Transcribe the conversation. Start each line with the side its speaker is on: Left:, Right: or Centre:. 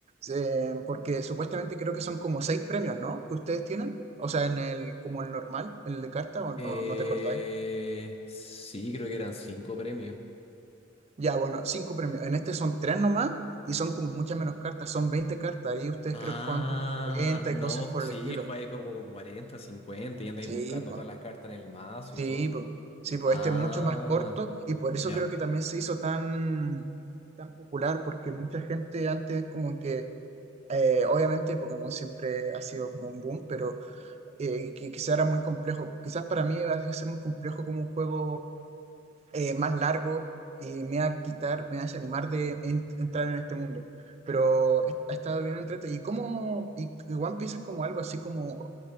Right: Eh, porque supuestamente creo que son como seis premios, ¿no? Que ustedes tienen. O sea, en el, como el normal, en el de carta, o
Left: Eh,
Right: no, no te acordáis.
Left: sí, creo que eran cinco premios.
Right: Ya, bueno, cinco premios. En este son tres nomás y son como muchas menos cartas, son 20 cartas. Ahí ustedes
Left: Ah,
Right: creo que juegan con 40
Left: no,
Right: y cosas por
Left: sí,
Right: el estilo.
Left: jugáis como con 40, 50 y andáis
Right: Sí,
Left: buscando
Right: pues,
Left: todas las cartas en el mazo
Right: sí,
Left: y todo.
Right: pues, sí, pues,
Left: Ah,
Right: este es mucho más corto y por eso
Left: ya.
Right: creo que también se hizo tan, tan popular, porque mucha gente antes como que, eh, obviamente Pokémon siempre ha sido como un boom, pero eh, que quizá era muy complejo. Quizás para mí va a ser muy complejo como un juego eh, más largo y me va a quitar, me va a desanimar de en- entrar en este mundo. Pero est- ha estado bien entretenido. ¿Y cómo? Y, y One Piece es como algo así como